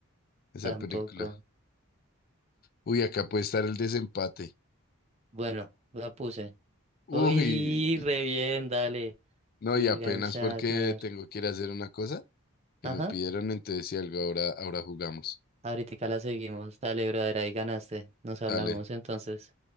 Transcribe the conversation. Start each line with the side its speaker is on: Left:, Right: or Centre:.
Left: esa
Right: tampoco.
Left: película. Uy, acá puede estar el desempate.
Right: Bueno, la puse.
Left: Uy,
Right: Uy, re bien, dale.
Left: no,
Right: William
Left: y apenas
Right: Shatner.
Left: porque tengo que ir a hacer una cosa que
Right: Ajá.
Left: me pidieron, entonces si algo ahora, ahora jugamos.
Right: Ahorita la seguimos. Dale, brother, ahí ganaste. Nos hablamos
Left: Dale.
Right: entonces.